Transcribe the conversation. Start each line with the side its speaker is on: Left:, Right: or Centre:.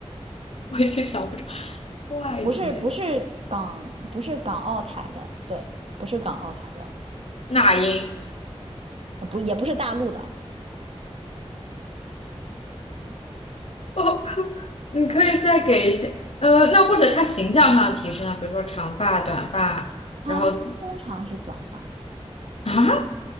Left: 我已经想不出外籍
Right: 不是，不是港，不是港澳台的，对，不是港澳台的，
Left: 那英
Right: 呃不，也不是大陆的，
Left: 哦，你可以再给一些呃，那或者他形象上的提示呢，比如说长发、短发，
Right: 他通常是短发，
Left: 然后啊，